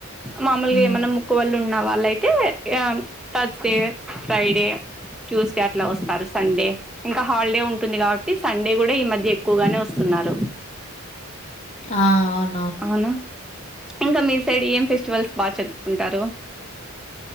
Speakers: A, in the centre; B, on the left.
A: మామూలుగా
B: హ్మ్.
A: ఏమన్నా ముక్కు వాళ్ళు ఉన్న వాళ్ళయితే థర్స్డే ఫ్రైడే ట్యూస్డే అట్లా వస్తారు సండే ఇంకా హాలిడే ఉంటుంది కాబట్టి సండే కూడా ఈ మధ్య ఎక్కువగానే వస్తున్నారు
B: ఆ అవును
A: అవునా ఇంకా మీ సైడ్ ఏం ఫెస్టివల్స్ బాగా చెరుపుకుంటారు